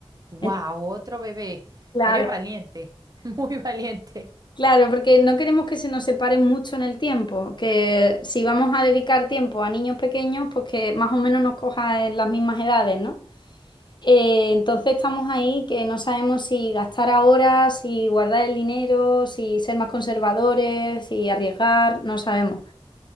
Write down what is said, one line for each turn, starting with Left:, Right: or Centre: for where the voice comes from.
Right: ¡Wow!
Left: Entonces,
Right: Otro bebé.
Left: claro,
Right: Eres valiente, <laughs> muy valiente.
Left: claro, porque no queremos que se nos separen mucho en el tiempo, que si vamos a dedicar tiempo a niños pequeños, pues que más o menos nos coja en las mismas edades, ¿no? Eh, entonces estamos ahí que no sabemos si gastar ahora, si guardar el dinero, si ser más conservadores, si arriesgar, no sabemos.